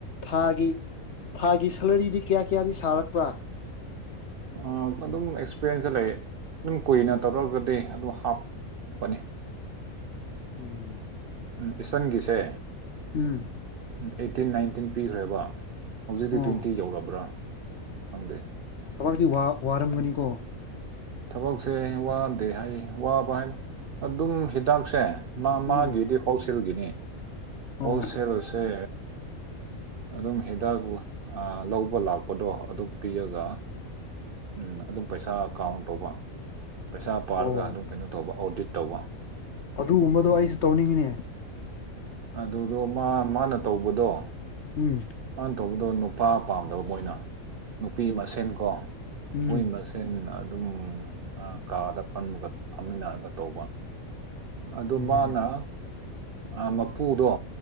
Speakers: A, on the left; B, on the right.
A: ꯊꯥꯒꯤ ꯊꯥꯒꯤ ꯁꯦꯂꯔꯤꯗꯤ ꯀꯌꯥ ꯀꯌꯥꯗꯤ ꯁꯥꯔꯛꯄ
B: ꯎꯝ ꯑꯗꯨꯝ ꯑꯦꯛꯁꯄꯤꯔꯦꯟꯁꯇ ꯂꯩ ꯑꯗꯨꯝ ꯀꯨꯏꯅ ꯇꯧꯔꯒꯗꯤ ꯑꯗꯨ ꯍꯥꯞꯄꯅꯤ
A: ꯎꯝ
B: ꯎꯝ ꯏꯆꯟꯒꯤꯁꯦ
A: ꯎꯝ
B: ꯑꯩꯠꯇꯤꯟ ꯅꯥꯏꯟꯇꯤꯟ ꯄꯤꯈ꯭ꯔꯦꯕ ꯍꯧꯖꯤꯛꯇꯤ
A: ꯑꯣ
B: ꯇ꯭ꯋꯦꯟꯇꯤ ꯌꯧꯔꯕ꯭ꯔꯥ ꯈꯪꯗꯦ
A: ꯊꯕꯥꯛꯇꯤ ꯋꯥ ꯋꯥꯔꯝꯒꯅꯤꯀꯣ
B: ꯊꯕꯛꯁꯦ ꯋꯥꯗꯦ ꯍꯥꯏ ꯋꯥꯕ ꯍꯥꯏ ꯑꯗꯨꯝ ꯍꯤꯗꯥꯛꯁꯦ ꯅꯥꯛꯃꯥꯟꯒꯤꯗꯤ
A: ꯎꯝ
B: ꯍꯣꯜꯁꯦꯜꯒꯤꯅ‌ꯦ
A: ꯑꯣ
B: ꯍꯣꯜꯁꯦꯜꯁꯦ ꯑꯗꯨꯝ ꯍꯤꯗꯥꯛ ꯂ ꯑ ꯂꯧꯕ ꯂꯥꯛꯄꯗꯣ ꯑꯗꯨ ꯄꯤꯔꯒ ꯎꯝ ꯑꯗꯨ ꯄꯩꯁꯥ ꯀꯥꯎꯟ ꯇꯧꯕ ꯄꯩꯁꯥ ꯄꯥꯔꯒ
A: ꯑꯣ
B: ꯑꯗꯨꯝ ꯀꯩꯅꯣ ꯇꯧꯕ ꯑꯣꯗꯤꯠ ꯇꯧꯕ
A: ꯑꯗꯨꯒꯨꯝꯕꯗꯣ ꯑꯩꯁꯨ ꯇꯧꯅꯤꯡꯉꯤꯅꯦ
B: ꯑꯗꯨꯗꯣ ꯃꯥ ꯃꯥꯅ ꯇꯧꯕꯗꯣ
A: ꯎꯝ
B: ꯃꯥꯟ ꯇꯧꯕꯗꯣ ꯅꯨꯄꯥ ꯄꯥꯝꯗꯕ ꯃꯣꯏꯅ ꯅꯨꯄꯤ ꯃꯁꯦꯟ ꯀꯣ
A: ꯎꯝ
B: ꯃꯣꯏ ꯃꯁ ꯁꯦꯟ ꯑꯗꯨꯝ ꯑꯥ ꯀꯥꯗ ꯐꯝꯔꯒ ꯐꯝꯃꯤꯟꯅꯔꯒ ꯇꯧꯕ ꯑꯗꯨ
A: ꯎꯝ
B: ꯃꯥꯅ ꯑꯥ ꯃꯄꯨꯗꯣ